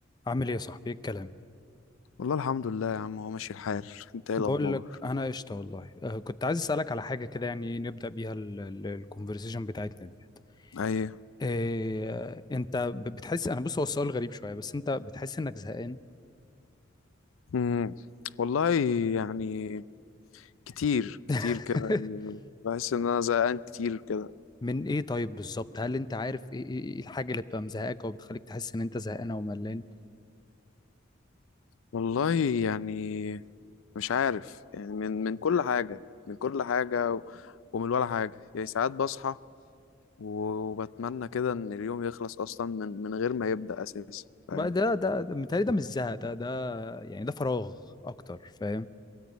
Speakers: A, on the left; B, on the left.
A: عامل ايه يا صاحبي ايه الكلام
B: والله الحمد لله يا عم هو ماشي الحال انت ايه
A: بقول
B: الاخبار
A: لك انا قشطه والله أه كنت عايز اسالك على حاجه كده يعني نبدا بيها الكونفرسيشن بتاعتنا ديت
B: ايوه
A: إيه انت ب- بتحس انا بص هو السؤال غريب شويه بس انت بتحس انك زهقان
B: امم والله يعني كتير
A: <laughs>
B: كتير كده يعني بحس ان انا زهقان كتير كده
A: من ايه طيب بالظبط هل انت عارف ايه ايه إيه الحاجه اللي بتبقى مزهقاك او بتخليك تحس ان انت زهقان او ملان
B: والله يعني مش عارف يعني من من كل حاجه من كل حاجه و... ومن ولا حاجه يعني ساعات بصحى وبتمنى كده ان اليوم يخلص اصلا من من غير ما يبدا اساسا فاهم
A: بقى ده ده ده متهيألي ده مش زهق ده ده يعني ده فراغ اكتر فاهم